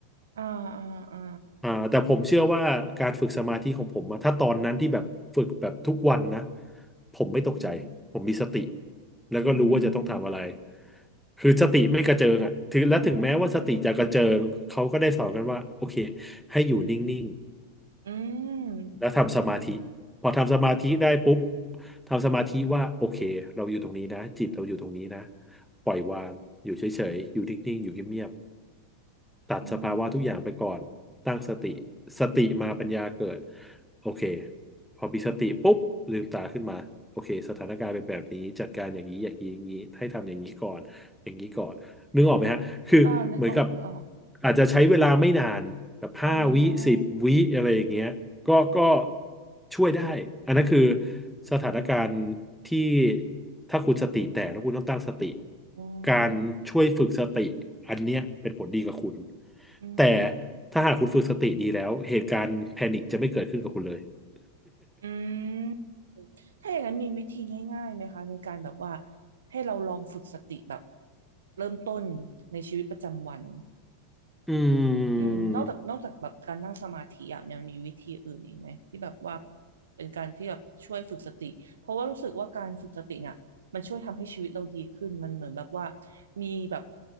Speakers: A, on the right; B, in the centre.
A: อ่าอ่าอ่า
B: อ่าแต่ผมเชื่อว่าการฝึกสมาธิของผมอะถ้าตอนนั้นที่แบบฝึกแบบทุกวันนะผมไม่ตกใจผมมีสติ
A: อืม
B: แล้วก็รู้ว่าจะต้องทำอะไร
A: อืม
B: คือสติไม่กระเจิงอ่ะถึงและถึงแม้ว่าสติจะกระเจิงเขาก็ได้สอนกันว่าโอเค
A: อ๋อ
B: ให้อยู่นิ่ง
A: อื
B: ๆแล้วทำสมาธิ
A: ม
B: พอทำสมาธิได้ปุ๊บทำสมาธิว่าโอเคเราอยู่ตรงนี้นะจิตเราอยู่ตรงนี้นะปล่อยวางอยู่เฉยๆอยู่นิ่งๆอยู่เงียบ ตัดสภาวะทุกอย่างไปก่อนตั้งสติ
A: อืม
B: สติมาปัญญาเกิดโอเคพอมีสติปุ๊บลืมตาขึ้นมาโอเคสถานการณ์เป็นแบบนี้จัดการอย่างนี้อย่างนี้อย่างนี้ให้ทำอย่างนี้ก่อนอย่างนี้ก่อนนึกออกไหมฮะ คือเหมือนกับ
A: อ่านึกออกนึกออก
B: อาจจะใช้เวลาไม่นานแบบห้าวิสิบวิอะไรอย่างเงี้ยก็ก็
A: อ๋อ
B: ช่วยได้อันนั้นคือสถานการณ์ที่ถ้าคุณสติแตกแล้วคุณต้องตั้งสติ
A: อ๋อ
B: การช่วยฝึกสติอันเนี้ยเป็นผลดีกับคุณ
A: อืม
B: แต่ถ้าหากคุณฝึกสติดีแล้วเหตุการณ์แพนิคจะไม่เกิดขึ้นกับคุณเลย <laughs>
A: อืมถ้าอย่างนั้นมีวิธีง่ายๆไหมคะในการแบบว่าให้เราลองฝึกสติแบบเริ่มต้นในชีวิตประจำวัน
B: อื
A: อืมนอกจากนอกจากแบบการนั่งสมาธิอ่ะมังมีวิธีอื่นอีกไหมที่แบบว่า
B: ม
A: เป็นการที่แบบช่วยฝึกสติเพราะว่ารู้สึกว่าการฝึกสติเนี่ยมันช่วยทำให้ชีวิตเราดีขึ้นมันเหมือนแบบว่ามีแบบ